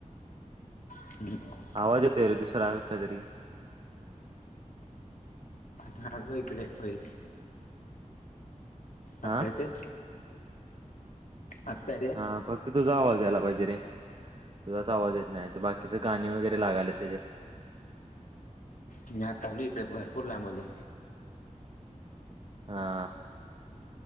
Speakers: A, on the left; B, on the right.
A: <inaudible>
B: आवाज येतोय रे दुसरा कसला तरी.
A: मी आलोय इकडे पैस.
B: हा
A: आता येतोय? आता
B: हा. फक्त तुझा आवाज यायला पाहिजे रे. तुझाच आवाज येत नाहीये. तर बाकीच गाणी वगैरे लागाल्यात त्याच्यात.
A: मी आता आलोय इकडे. भरपूर लांब आलो.
B: हा.